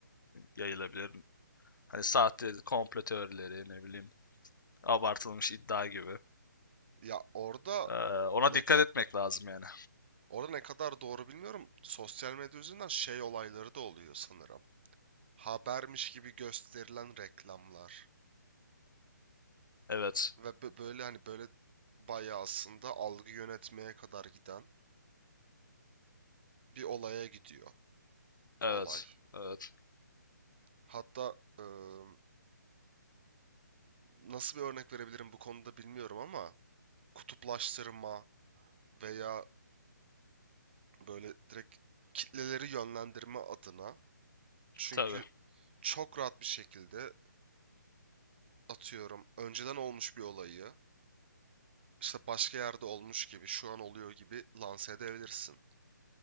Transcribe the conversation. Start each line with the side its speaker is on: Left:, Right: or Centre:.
Left: yayılabilir. Hani sahte komplo teorileri ne bileyim abartılmış iddia gibi.
Right: Ya orada
Left: Ee, ona
Right: ne
Left: dikkat
Right: ka-
Left: etmek lazım yani.
Right: orada ne kadar doğru bilmiyorum. Sosyal medya üzerinden şey olayları da oluyor sanırım. habermiş gibi gösterilen reklamlar
Left: Evet.
Right: ve bö- böyle hani böyle bayağı aslında algı yönetmeye kadar giden bir olaya gidiyor
Left: Evet.
Right: olay.
Left: Evet.
Right: Hatta ıı, nasıl bir örnek verebilirim bu konuda bilmiyorum ama kutuplaştırma veya böyle direkt kitleleri yönlendirme adına çünkü
Left: Tabii.
Right: çok rahat bir şekilde atıyorum önceden olmuş bir olayı işte başka yerde olmuş gibi şu an oluyor gibi lanse edebilirsin.